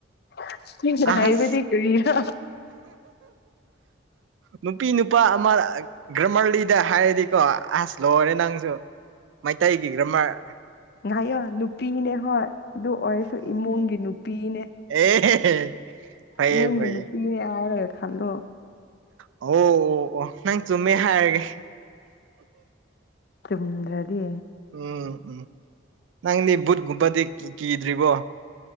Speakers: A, on the left (about 55°); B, on the right (about 80°).
A: <unintelligible>
B: ꯑꯁ
A: ꯍꯥꯢꯕꯗꯤ ꯀꯔꯤꯔꯥ
B: ꯅꯨꯄꯤ ꯅꯨꯄꯥ ꯑꯃ ꯒ꯭ꯔꯃꯔꯂꯤꯗ ꯍꯥꯏꯔꯗꯤꯀꯣ ꯑꯁ ꯂꯣꯏꯔꯦ ꯅꯪꯁꯨ ꯃꯩꯇꯩꯒꯤ ꯒ꯭ꯔꯃꯥꯔ
A: ꯉꯍꯥꯏꯌꯣ ꯅꯨꯄꯤꯅꯦ ꯍꯣꯏ ꯑꯗꯨ ꯑꯣꯏꯔꯁꯨ ꯏꯃꯨꯡꯒꯤ ꯅꯨꯄꯤꯅꯦ
B: ꯑꯦ ꯑꯦ ꯐꯩꯌꯦ
A: ꯏꯃꯨꯡꯒꯤ
B: ꯐꯩꯌꯦ
A: ꯅꯨꯄꯤꯅꯦ ꯍꯥꯏꯔꯒ ꯈꯜꯂꯣ
B: ꯑꯣ ꯑꯣ ꯑꯣ ꯅꯪ ꯆꯨꯝꯃꯦ ꯍꯥꯏꯔꯒꯦ
A: ꯆꯨꯝꯗ꯭ꯔꯗꯤ
B: ꯎꯝ ꯎꯝ ꯅꯪꯗꯤ ꯕꯨꯠꯒꯨꯝꯕꯗꯤ ꯀꯤꯗ꯭ꯔꯤꯕꯣ